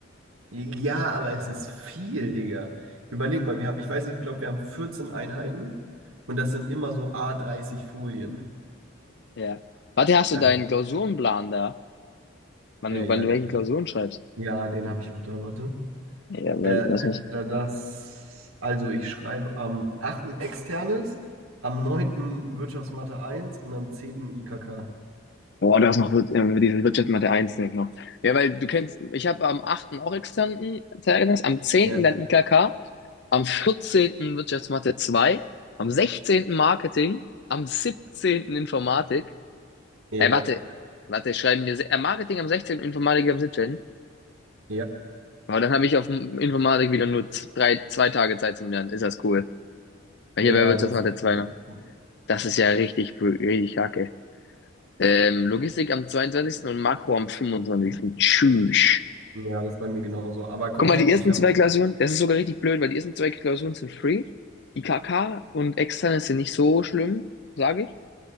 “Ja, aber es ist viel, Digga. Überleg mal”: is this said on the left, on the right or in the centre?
Right